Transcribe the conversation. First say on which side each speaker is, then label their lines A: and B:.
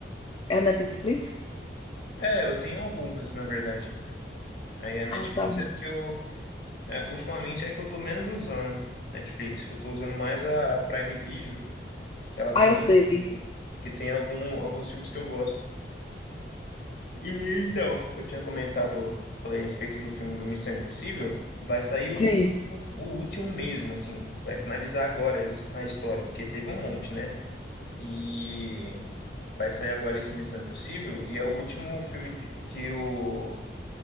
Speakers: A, on the left (about 30°); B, on the left (about 60°).
A: É a Netflix?
B: é, eu tenho algumas, na verdade. Aí a Netflix
A: Ah, tá. bom.
B: é que eu. é, ultimamente é que eu tô menos usando Netflix. Eu tô usando mais a Prime Video, que ela tem
A: Ah, eu
B: um,
A: sei.
B: que tem algum, alguns filmes que eu gosto. E então, eu tinha comentado, falei a respeito do filme do Missão Impossível, vai sair o,
A: Sim,
B: ú- o último mesmo, assim, vai finalizar agora a his- a história, porque teve um monte, né? E vai sair agora esse Missão Impossível, e é o último filme de- que o,